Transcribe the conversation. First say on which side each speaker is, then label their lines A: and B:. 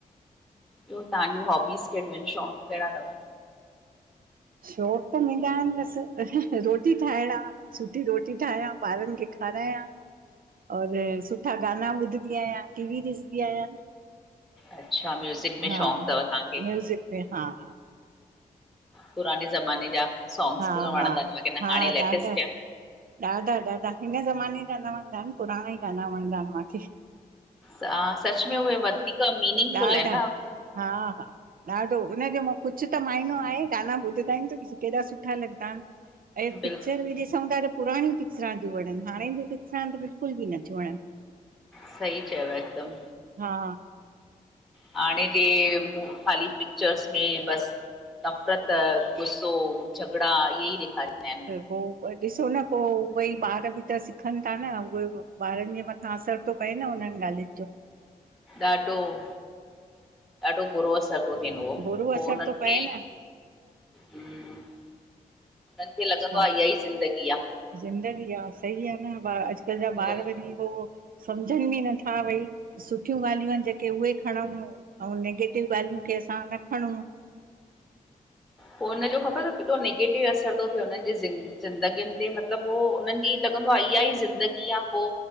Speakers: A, in the centre; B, on the right.
A: ॿियो तव्हांजूं हॉबीस कहिड़ियूं आहिनि, शौंक़ कहिड़ा तव?
B: शौक़ु त मुंजा आहिनि बसि रोटी ठाहिण आ, सुठी रोटी ठाहियां ॿारनि खे खारायां, और सुठा गाना ॿुधदी आहियां, टीवी ॾिसदी आहियां।
A: अच्छा म्यूज़िक में
B: हा,
A: शौक़ तव तव्हांखे,
B: म्यूज़िक में हा-हा,
A: पुराने ज़माने जा सॉंग्स
B: हा
A: वणंदा
B: हा
A: इन, लेकिन त
B: हा
A: हाणे
B: ॾाढा
A: लेटेस्ट थया।
B: ॾाढा -ॾाढा, हिन ज़माने जा न वणंदा इन, पुराणा ई गाना वणंदा इन माखे।
A: हा सच में उहे वधीक मीनिंग
B: ॾाढा
A: फुल है न अब।
B: हा हा ॾाढो, हुनजे मो कुछ त माइनो आहे, गाना ॿुधदा इन ता इन, त ॾिसु केॾा सुठा लॻदा। ऐ
A: बिल्कुलु
B: पिक्चर बि ॾिसऊं ता त पुराणियूं पिक्चरां तियूं वणन, हाणे जूं पिक्चरां त बिल्कुल बी नथियूं वणन।
A: सही चयव हिकदम।
B: हा
A: हाणे के ख़ाली पिक्चर्स में बस नफ़रत, गुस्सो, झगड़ा इहे ई ॾेखारींदा इन।
B: पो ॿ ॾिसो न पो, उयेई ॿार बि त सिखनि ता न उयेइ उओ। ॿारनि जे मथां असर तो पए न, हुननि ॻाल्हियुनि जो।
A: ॾाढो- ॾाढो बुरो अस सबु थींदो हो,
B: बुरो
A: पो
B: असरु
A: उनन
B: थो
A: खे
B: पए न
A: हुननि खे लॻंदो
B: छा
A: आ, इह ई ज़िंदगी आ।
B: ज़िंदगी आ सही आ न ॿा अजकल जा
A: पोइ
B: ॿार वरी पो। सम्झन बि नथा भई सुठियूं ॻाल्हियूं आहिनि जेके उहे खणऊं। अऊं निगेटिव ॻाल्हियुन खे असां न खणऊं।
A: फोन जो खबर तव केॾो नेगेटिव असर तो थे हुन्हनि जी जेिन- ज़िंदगियुनि ते मतिलबु हो उन्हनि जी लॻंदो आ इहा ई ज़िंदगी आ पो